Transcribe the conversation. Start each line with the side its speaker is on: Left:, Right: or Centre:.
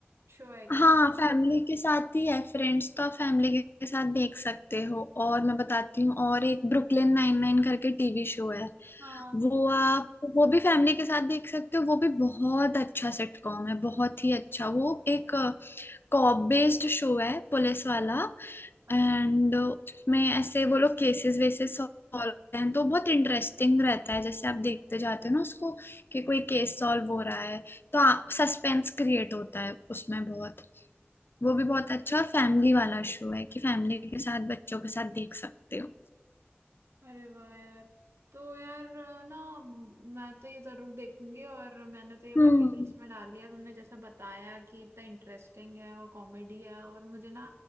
Right: शो है क्या
Left: हाँ
Right: वो
Left: फैमिली के साथ ही है फ्रेंड्स तो आप फैमिली के साथ देख सकते हो और मैं बताती हूँ और एक ब्रुकलिन नाइन नाइन करके टीवी शो है
Right: हाँ
Left: वो आप वो भी फैमिली के साथ देख सकते हो वो भी बहुत अच्छा सिटकॉम है बहुत ही अच्छा वो एक कॉप बेस्ड शो है पुलिस वाला एंड
Right: अच्छा
Left: उसमें ऐसे वो लोग केसेस वेसेस सॉल्व करते हैं तो बहुत इंटरेस्टिंग रहता है जैसे आप देखते जाते हो ना उसको कि कोई केस सॉल्व हो रहा है तो सस्पेंस क्रिएट होता है उसमें बहुत वो भी बहुत अच्छा और फैमिली वाला शो है कि फैमिली के साथ बच्चों के साथ देख सकते हो
Right: अरे वाह यार तो यार अ, ना मैं तो ये जरूर देखूंगी और मैंने तो ये बकेट
Left: हम्म
Right: लिस्ट में डाल लिया तुमने जैसा बताया कि इतना इंटरेस्टिंग है और कॉमेडी है और मुझे ना